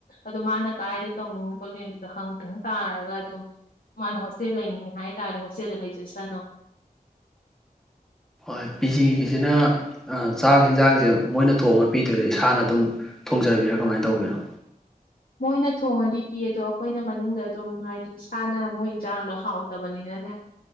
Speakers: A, on the left; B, in the centre.
A: ꯑꯗꯣ ꯃꯥꯅ ꯀꯗꯥꯥꯏꯗ ꯇꯧꯅꯤꯡꯉꯤ ꯈꯣꯠꯅꯤꯡꯉ ꯑꯗꯨꯗꯣ ꯍꯪꯛꯇꯪ ꯇꯥꯔꯒ ꯑꯗꯨꯝ ꯃꯥꯅ ꯍꯪꯆꯤꯠ ꯂꯩꯅꯤꯡꯉꯦ ꯍꯥꯏ ꯇꯥꯔꯗꯤ ꯍꯣꯁꯇꯦꯜꯗ ꯂꯩꯖꯁꯅꯨ
B: ꯍꯣꯏ ꯄꯤ ꯖꯤꯒꯤꯁꯤꯅ ꯆꯥꯛ ꯌꯦꯟꯖꯥꯡꯁꯦ ꯃꯣꯏꯅ ꯊꯣꯡꯉ ꯄꯤꯗꯣꯏꯗ ꯏꯁꯥꯅ ꯑꯗꯨꯝ ꯊꯣꯡꯖꯕꯤꯔꯥ ꯀꯃꯥꯏꯅ ꯇꯧꯕꯤꯅꯣ
A: ꯃꯣꯏꯅ ꯊꯣꯡꯉꯗꯤ ꯄꯤꯌꯦ ꯑꯗꯣ ꯑꯩꯈꯣꯏꯅ ꯃꯅꯨꯡꯗ ꯑꯗꯨꯝ ꯍꯥꯏꯗꯤ ꯏꯁꯥꯅ ꯃꯣꯏ ꯏꯟꯁꯥꯡꯗꯣ ꯍꯥꯎꯇꯕꯅꯤꯅꯅꯦ